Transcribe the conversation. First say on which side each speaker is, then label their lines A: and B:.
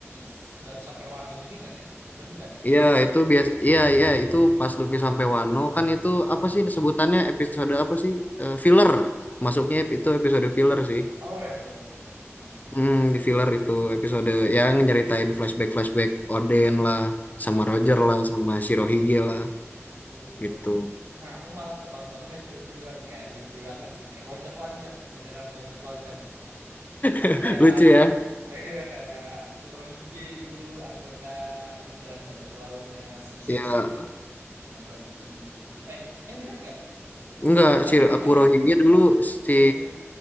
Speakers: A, on the right (about 75°); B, on the left (about 35°).
A: s- baru sampai Wano juga nggak sih? Atau bukan ya?
B: Iya, itu biasa. Iya, iya, itu pas Luffy sampai Wano kan itu apa sih sebutannya episode apa sih? Eh, filler. Masuknya ep- itu episode filler sih.
A: Oh ya filler filler. Ah,
B: Hmm, di filler itu
A: iya.
B: episode yang nyeritain flashback-flashback Oden lah, sama
A: ah,
B: Roger lah, sama Shirohige lah
A: betul betul.
B: gitu.
A: Nah aku malah ketontonnya itu duluan kayak lucu banget sih kayak loncat loncat beneran loncat loncat sampai
B: <laughs>
A: tahu
B: Lucu ya?
A: iya kayak Kurohige dulu anggota ini jalan bajak lautnya si Shanks
B: Ya,
A: juga ya sama Bagi gitu gitu. Eh eh bener gak?
B: enggak
A: Bukan
B: si
A: deng bukan
B: Kurohige
A: deng.
B: dulu si
A: Shirohige